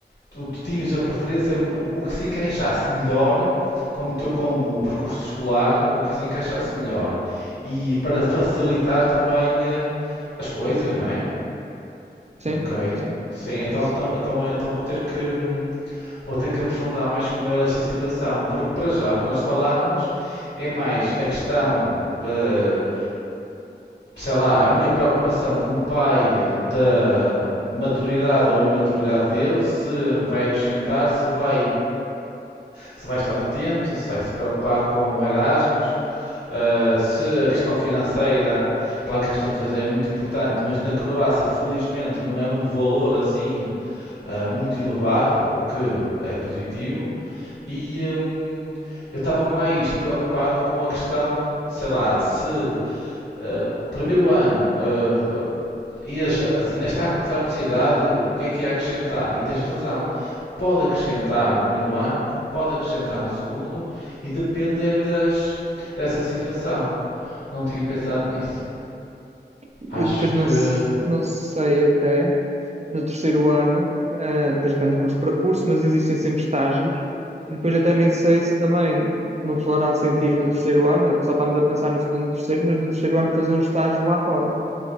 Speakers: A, on the left (about 80°); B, on the right (about 40°).
A: tu, tu tinhas a preferência o que se encaixasse melhor com o teu com o percurso escolar, o que se encaixasse melhor e para facilitar também eh, as coisas, não é?
B: Sim,
A: Ok.
B: sim,
A: Sim,
B: é
A: então,
B: isso.
A: então, então, eh, então vou ter que hum, vou ter que aprofundar mais com ele esta situação, porque para já o que nós falamos é mais a questão, eh, sei lá, a minha preocupação como pai eh, da maturidade ou imaturidade dele, se vai acrescentar, se vai se vai estar atento, se vai se preocupar com o Erasmus, uh, se a questão financeira, claro que a questão financeira é muito importante, mas na Croácia, felizmente, não é um valor assim uh, muito elevado, o que é positivo. E um, eu estava mais preocupado com a questão, sei lá, se uh, o primeiro ano ah, e assim, ainda está a começar a universidade, o que é que ia acrescentar? E tens razão. Pode acrescentar no primeiro ano, como pode acrescentar no segundo, e depende é das, dessa situação. Não tinha pensado nisso.
B: E
A: Acho
B: depois
A: que.
B: não, se- não sei até no terceiro ano, eh, depois depende de curso para curso, mas existem sempre estágios. E depois até nem sei se também não fará sentido no terceiro ano, só estamos a pensar no segundo e no terceiro, mas no terceiro ano fazer um estágio lá fora.